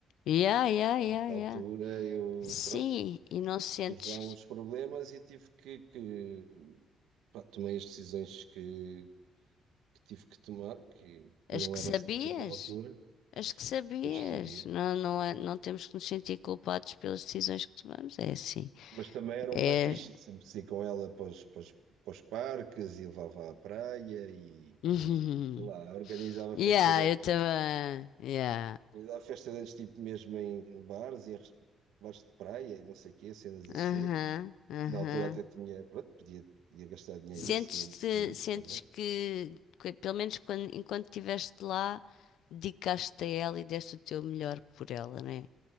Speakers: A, on the left; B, on the right.
A: Yeah, yeah, yeah,
B: nessa
A: yeah.
B: altura eu,
A: Sim,
B: pronto,
A: e não sentes
B: tive lá uns problemas e tive que, que pá, tomei as decisões que, que tive que tomar, que
A: as
B: não
A: que
B: eram
A: sabias?
B: certas na altura,
A: Acho que sabias.
B: depois que sabia.
A: Não, não é, não temos que nos sentir culpados pelas decisões que tomamos. É assim.
B: Mas também era um
A: É.
B: pai fixe, sempre saí com ela para os, para os- para os parques e levava à praia e
A: <laughs>
B: sei lá, organizava
A: Yeah,
B: festa de anos,
A: eu também.
B: fixe,
A: Yeah.
B: organizava festa de anos tipo mesmo em bares, em res- bares de praia e não sei o quê, cenas assim.
A: Aham, aham.
B: Na altura até tinha, pronto, podia, podia gastar dinheiro
A: Sentes-te,
B: nisso, tinha dinheiro com isso
A: sentes
B: também.
A: que, que, pelo menos quando, enquanto estiveste lá, dedicaste-te a ela e deste o teu melhor por ela, né?